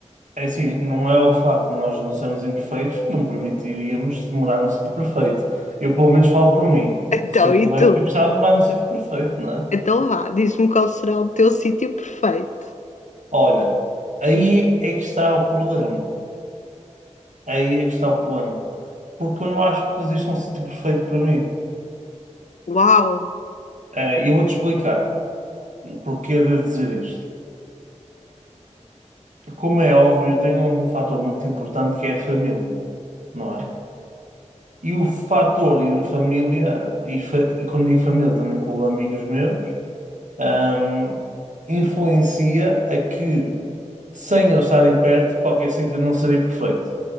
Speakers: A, on the right; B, on the left.
A: é assim, não é o facto de nós não sermos imperfeitos que não permitiríamos de morar num sítio perfeito. Eu pelo menos falo por mim.
B: Então,
A: Se eu
B: e
A: pudesse,
B: tu?
A: eu gostava de morar num sítio perfeito, não é
B: Então vá, diz-me qual será o teu sítio perfeito.
A: Olha, aí é que está o problema. Aí é que está o problema. Porque eu não acho que existe um sítio perfeito para mim.
B: Uau!
A: Eh, E eu vou-te explicar porque é de dizer isto. Ahm, como é óbvio, tem um fator muito importante que é a família, não é? E o fator e a família, e, fa e quando digo família também com amigos meus, ahm, influencia a que, sem eles estarem perto, qualquer sítio não seria perfeito,